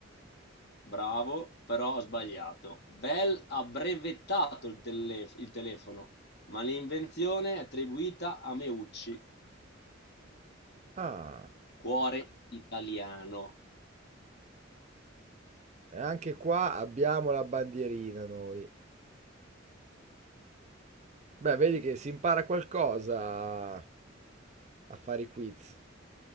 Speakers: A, on the left (about 55°); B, on the right (about 35°).
A: Bravo, però ho sbagliato. Bell ha brevettato il, tele- il telefono, ma l'invenzione è attribuita a Meucci,
B: Ah.
A: cuore italiano.
B: E anche qua abbiamo la bandierina noi. Beh, vedi che si impara qualcosa a a fare i quiz.